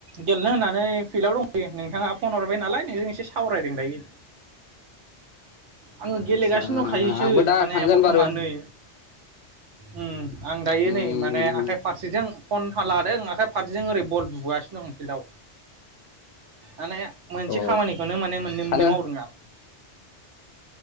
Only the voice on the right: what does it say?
गेलेनो होननानै फिल्डआव दंहैयो नोंथाङा फन हरबाय नालाय नोंजों एसे सावरायदों दायो। आङो गेलेगासिनो
दंखायोसो
माने
बर्थमा
नै उम आं दायो
नै माने आखाइ फारसेजों फन हाला दों आखा फारसेजों ओरै बल बुबोगासिनो दं फिल्डआव। माने मोनसे
खामानिखौनो माने मोननै
मोननै मावदों आं।